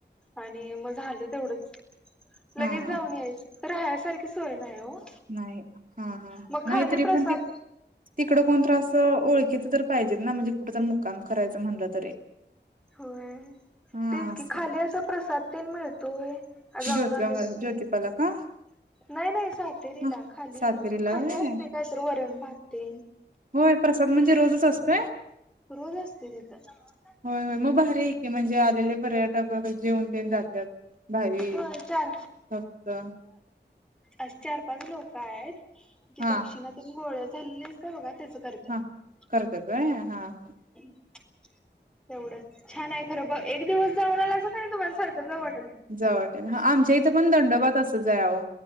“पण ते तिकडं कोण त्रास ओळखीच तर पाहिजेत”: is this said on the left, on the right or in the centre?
Right